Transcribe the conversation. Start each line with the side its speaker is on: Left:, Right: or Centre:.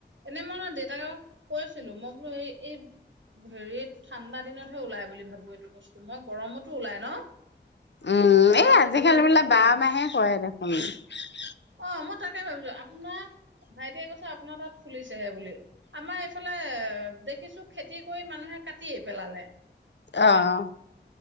Right: এনে মই দেউতাকক কৈছিলো বোলো এই এই, সেৰি ঠান্দা দিনত ওলায় বুলি ভাবো এইটো বত মই গৰমত ও ওলাই ন?
Left: উম, আজিকালি
Right: গৰম
Left: প্ৰায়
Right: দিনতো
Left: সকলো
Right: ওলাই
Left: মাহতে উপলব্ধ হয়।
Right: অ', মই তেনেকুৱাই ভাবিছিলোঁ। আপোনাৰ ভাইটিয়ে কৈছিল যে আপোনালোকৰ তাতো পোৱা যায়। ফুলিছেহে বুলি। আমাৰ এইফালে দেখিছোঁ, মানুহে খেতি কৰি পিছত কাটিও পেলাইছে
Left: আহ